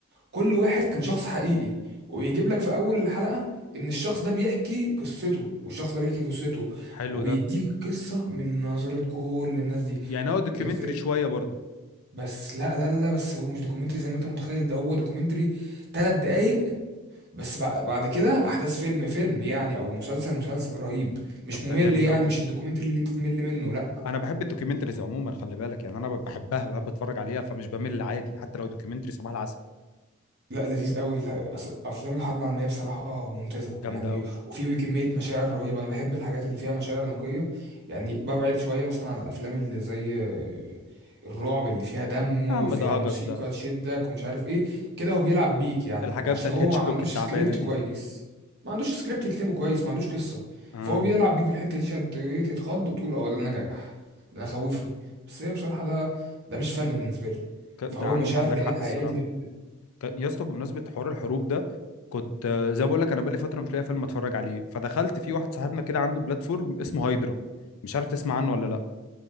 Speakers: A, on the right; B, on the left.
A: كل واحد كان شخص حقيقي وبيجيب لك في اول الحلقة ان الشخص ده بيحكي قصته والشخص ده بيحكي قصته
B: حلو
A: وبيديك
B: ده
A: القصة من نظرة كل الناس دي
B: يعني هو دوكيومنتري
A: أنت-
B: شويه برضو
A: بس لا لا لا بس هو مش دوكيومنتري زي ما انت متخيل ده هو دوكيومنتري ثلاث دقايق بس بع- بعد كده احداث فيلم فيلم يعني او مسلسل مسلسل رهيب مش
B: طب
A: ممل
B: ده جامد
A: يعني
B: قوي
A: مش الدوكيومنتري اللي انت تمل منه لا
B: انا بحب الدوكيومنتريز عموما خلي بالك يعني انا بحبها بحب اتفرج عليها فمش بمل عادي حتى لو دوكيومنتري صباح العسل
A: لا لذيذ قوي الح- أس- افلام الحرب العالميه بصراحه ممتازه
B: جامده
A: يعني
B: قوي
A: وفي كميه مشاعر رهيبه انا بحب الحاجات اللي فيها مشاعر نقيه يعني ببعد شويه مثلا عن الافلام اللي زي آه، الرعب اللي فيها دم وفيها
B: يا عم ده
A: موسيقى
B: هجس ده
A: تشدك ومش عارف ايه كده هو بيلعب بيك يعني
B: الحاجات
A: عشان
B: بتاعت
A: هو
B: هيتشكوك
A: ما عندوش
B: التعبانه
A: سكريبت
B: دي
A: كويس ما عندوش سكريبت يكتبه كويس ما عندوش قصه
B: اه
A: فهو بيلعب بيك بالحته دي عشان ت- إيه، تتخض وتقول اه ده نجح ده خوفني بس هي بصراحه ده ده مش فن بالنسبه لي
B: ك- ده
A: فهو
B: عن-
A: المشاعر
B: عندك
A: اللي
B: حق
A: هي الحقيقيه
B: الصراحه
A: دي جميله
B: كان- يا اسطى بمناسبه حوار الحروب ده كنت آه، زي ما بقول لك انا بقالي فتره مش لاقي فيلم اتفرج عليه فدخلت في واحد صاحبنا كده عنده بلاتفورم اسمه هايدرا مش عارف تسمع عنه ولا لا